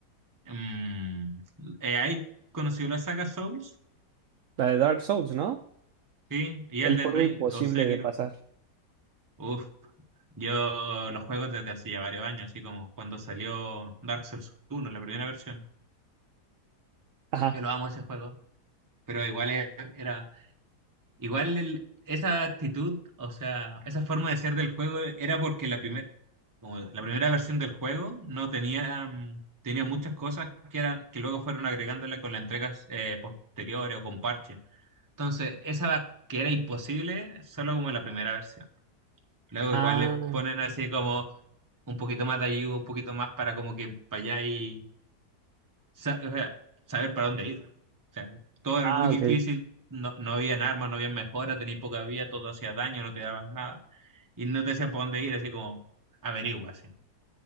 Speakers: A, on the right; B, on the right.
A: Mm, eh, ahí conocí la saga Souls,
B: La de Dark Souls, ¿no?
A: sí, y
B: El
A: Elden
B: juego
A: Ring
B: imposible
A: o sé
B: de pasar.
A: Uf, yo los juego desde hace ya varios años, así como cuando salió Dark Souls uno, la primera versión.
B: Ajá.
A: Yo lo amo ese juego, pero igual e- era, igual el- esa actitud, o sea, esa forma de ser del juego era porque la primera, como la primera versión del juego no tenía, mm, tenía muchas cosas que eran, que luego fueron agregándole con las entregas eh, posteriores o con parches. Entonces, esa que era imposible solo como en la primera versión. Luego
B: Ah,
A: igual le ponen así como un poquito más de ayuda, un poquito más para como que para allá y sa- o sea, saber para dónde ir. O sea, todo
B: ah,
A: era muy difícil,
B: ok.
A: no, no habían armas, no habían mejoras, tenías poca vida, todo hacía daño, no te daban nada. Y no te decían para dónde ir, así como averigua, así.